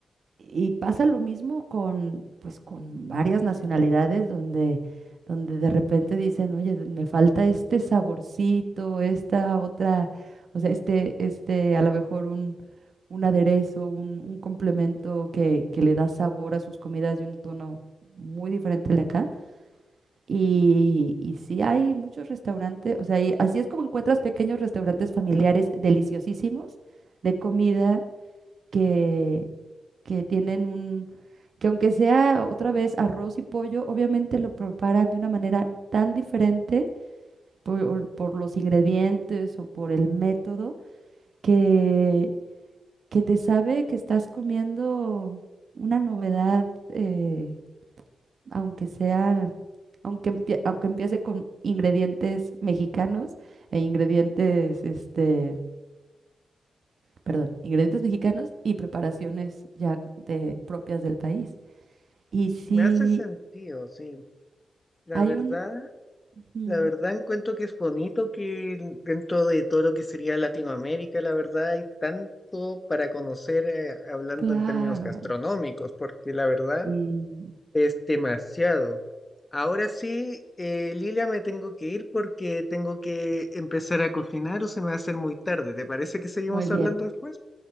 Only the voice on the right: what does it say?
y pasa lo mismo con, pues, con varias nacionalidades donde, donde de repente dicen, oye, me falta este saborcito, esta otra, o sea, este, este, a lo mejor un, un aderezo, un, un complemento que, que le da sabor a sus comidas de un tono muy diferente al de acá. Y, y sí hay muchos restaurantes, o sea, y así es como encuentras pequeños restaurantes familiares deliciosísimos de comida que, que tienen un, que aunque sea otra vez arroz y pollo, obviamente lo preparan de una manera tan diferente por, o por los ingredientes o por el método que, que te sabe que estás comiendo una novedad eh, aunque sea, aunque, empie- aunque empiece con ingredientes mexicanos e ingredientes, este, perdón, ingredientes mexicanos y preparaciones ya de, propias del país. Y si
hay
un, mm,
claro,
mm,
muy bien.